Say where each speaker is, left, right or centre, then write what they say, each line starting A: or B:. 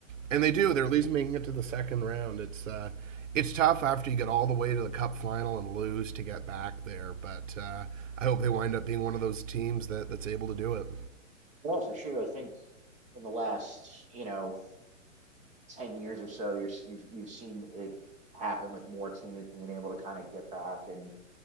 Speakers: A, on the right; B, on the right.
A: and they do. They're at least making it to the second round. It's uh, it's tough after you get all the way to the Cup final and lose to get back there. But uh, I hope they wind up being one of those teams that, that's able to do it.
B: Yeah, for sure. I think in the last you know ten years or so, you're s- you've you've seen it happen with more teams being able to kind of get back and